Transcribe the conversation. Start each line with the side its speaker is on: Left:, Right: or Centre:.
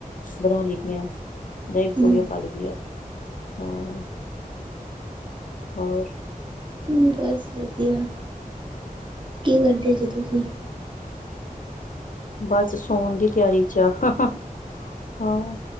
Left: ਬਣਾ ਲਈ ਦੀਆਂ, ਦਹੀਂ ਪਕੌੜਿਆਂ
Right: ਹਮ
Left: ਪਾਲੀ ਦੀਆਂ, ਹੂੰ। ਹੋਰ?
Right: ਹਮ ਬਸ ਵਧੀਆ, ਕੀ ਕਰਦੇ ਸੀ ਤੁਸੀਂ?
Left: ਬਸ ਸੋਨ ਦੀ ਤਿਆਰੀ ਚ ਆ, ਹਾਹਾ, ਹਾਂ।